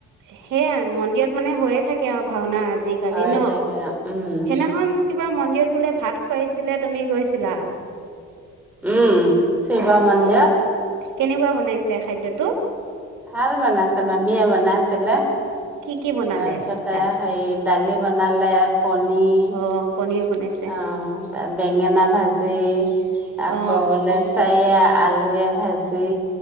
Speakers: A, on the right (about 85°); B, in the centre.
A: সেয়াই, মন্দিৰত মানে হৈয়ে থাকে আৰু। ভাওনা আজিকালি
B: হৈয়ে
A: ন?
B: থাকে উম
A: সেইদিনাখন কিবা মন্দিৰত বোলে ভাত খোৱাইছিলে, তুমি গৈছিলা?
B: উম। শিৱ মন্দিৰত।
A: অ মোক কেনেকুৱা বনাইছে খাদ্যটো
B: ভাল বনাইছে মামীয়ে বনাাইছিলে।
A: কি কি বনালে
B: তাৰপিছতে,
A: তাত
B: সেই দালি বনালে পনিৰ,
A: অ পনিৰ বনাইছে
B: আৰু তাত বেঙেনা ভাজ <unintelligible> আকৌ
A: অ
B: লেচাইয়ে আলুয়ে ভাজি